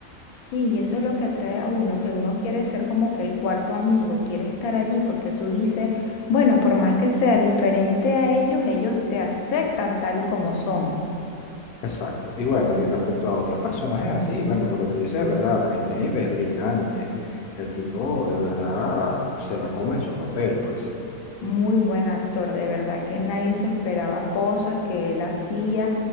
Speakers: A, on the left (about 90°); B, on the left (about 65°).
A: Sí, y eso es lo que atrae a uno, que uno quiere ser como que el cuarto amigo, quiere estar allí porque tú dices, bueno, por más que sea diferente a ellos, ellos te aceptan tal y como son.
B: Exacto. Y bueno, y respecto a otros personajes así, bueno, lo que tú dices es verdad, Snape es brillante. El tipo de verdad se la come en su papel, pues.
A: Muy buen actor, de verdad que nadie se esperaba cosas que él hacía.